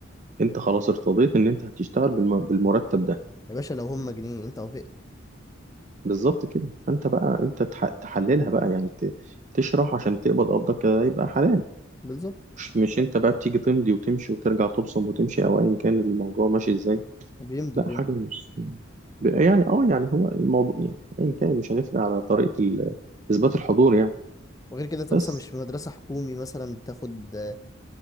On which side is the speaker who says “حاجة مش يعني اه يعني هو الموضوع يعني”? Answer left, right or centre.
Right